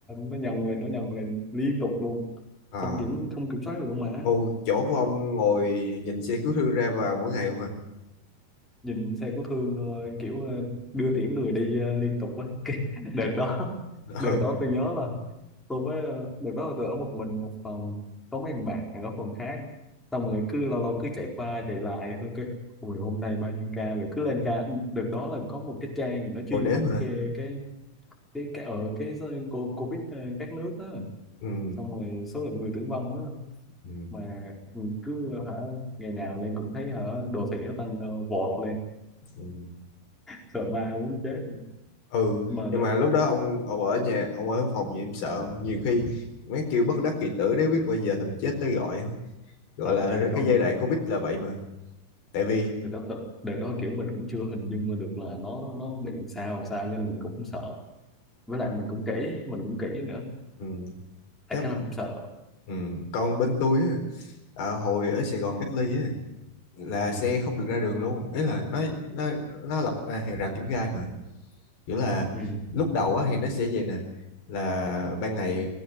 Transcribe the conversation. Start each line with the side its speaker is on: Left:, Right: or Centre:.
Centre: nó nhân lên nó nhân lên liên tục luôn
Left: À,
Centre: không kiểm không kiểm soát được luôn. mà
Left: ô, chỗ của ông ngồi nhìn xe cứu thương ra vào mỗi ngày không à?
Centre: nhìn xe của Thương ờ, kiểu ờ, đưa tiễn người đi ờ, liên tục á <laughs> Cái đợt đó
Left: <laughs>
Centre: đợt đó
Left: Ừ,
Centre: tôi nhớ là tôi với ờ, đợt đó là tôi ở một mình một phòng có mấy thằng bạn ở phòng khác xong rồi cứ lâu lâu cứ chạy qua chạy lại thôi cái ui hôm nay bao nhiêu ca rồi cứ lên ca đợt đó là có một cái trang nó chuyên
Left: ngồi đếm
Centre: thống
Left: hả?
Centre: kê cái cái cái ở cái s- cô- covid ờ, các nước đó
Left: Ừ,
Centre: xong rồi số lượng người tử vong á
Left: ừ,
Centre: mà mình cứ hả ngày nào lên cũng thấy hả đồ thị nó tăng ờ, vọt lên
Left: ừ.
Centre: sợ ma muốn chết
Left: Ừ,
Centre: mà
Left: nhưng
Centre: đợt
Left: mà lúc đó ông, ông ở nhà, ông ở phòng gì em sợ không? Nhiều khi mấy kêu bất đắc kỳ tử nếu biết bao giờ thằng chết tới gọi. á. Gọi
Centre: không
Left: là
Centre: đợt đó
Left: cái giai đoạn Covid là vậy mà. Tại vì,
Centre: đợt đó tự- đợt đó kiểu mình cũng chưa hình dung ra được là nó nó bị sao sao cho nên mình cũng sợ với lại mình cũng kỹ mình cũng kỹ nữa
Left: ừ,
Centre: tại
Left: chắc,
Centre: khá là không sợ
Left: ừ, còn bên tôi á, à, hồi ở Sài Gòn cách ly á, là
Centre: ừ.
Left: xe không được ra đường luôn. Ý là nó, nó, nó lập à, hàng rào kim gai mà kiểu là
Centre: Ừ.
Left: lúc đầu á thì nó sẽ vậy nè là ban ngày